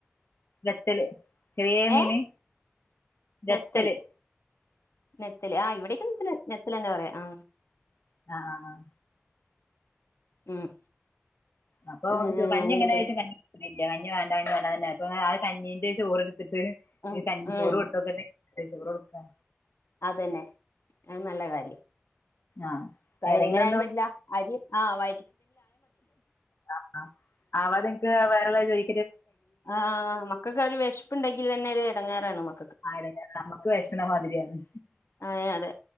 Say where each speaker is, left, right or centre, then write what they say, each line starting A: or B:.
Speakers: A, on the left; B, on the left.
A: നെത്തല് ചെറിയേ
B: ഏഹ്
A: മീന് നെത്തല്
B: നെത്തൽ നെത്തല് ആ ഇവിടേക്ക് നെത്തൽ നെത്തല്ന്ന പറയാ ആ
A: ആഹ് ആഹ് ആഹ്
B: ഉം
A: അപ്പോ
B: ഉം
A: കഞ്ഞി
B: അങ്ങനെ
A: എങ്ങനെയായിട്ട്
B: തന്നെ
A: <inaudible> കഞ്ഞി വേണ്ട കഞ്ഞി വേണ്ട തന്നെ അപ്പ ഇങ്ങനെ ആ കഞ്ഞിന്റെ ചോറ് എടുത്തിട്ട്
B: ഉം
A: ക
B: ഉം
A: ചോറ് കൊടുത്ത <inaudible> ചോറ് കൊടുക്കാ
B: അതന്നെ അത് നല്ല കാര്യം
A: ആഹ് ഏതെങ്കിലും
B: എങ്ങനെയാലും വേണ്ടില്ല അരി ആ വ
A: ആ ആ <inaudible> നിങ്ങക്ക് വേറെല്ലോ ചോദി
B: ആ മക്കക്ക് ഒരു വേഷപ്പുണ്ടെങ്കിൽ തന്നെ ഒരു എടങ്ങാറാണ് നുമ്മ
A: ആയി <inaudible> നമുക്ക് വേഷ്ക്കണമാതിരിയന്ന്
B: ആഹ് അതെ